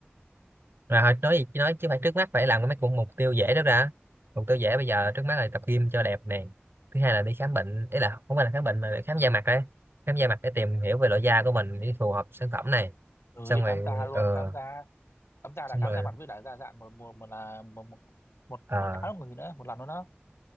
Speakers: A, on the right (about 65°); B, on the left (about 85°).
A: rồi thôi nói gì chứ nói chứ phải trước mắt phải làm cái mấy cũng mục tiêu dễ đó ra mục tiêu dễ bây giờ trước mắt là tập gym cho đẹp nè thứ hai là đi khám bệnh ý là không phải là khám bệnh mà là khám da mặt đấy khám da mặt để tìm hiểu về loại da của mình để phù hợp sản phẩm này
B: ừ
A: xong
B: đi
A: rồi
B: khám da luôn
A: ờ
B: khám da khám da
A: xong
B: là khám
A: rồi
B: da mặt với lại da dạn một một một là một một một,
A: ờ,
B: một cái một gì nữa một lần nữa đó